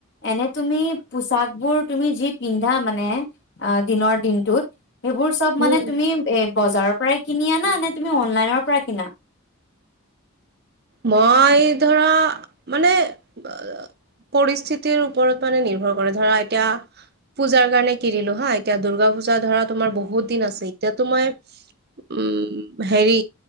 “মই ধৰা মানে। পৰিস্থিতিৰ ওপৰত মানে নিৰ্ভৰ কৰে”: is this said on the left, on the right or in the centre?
Right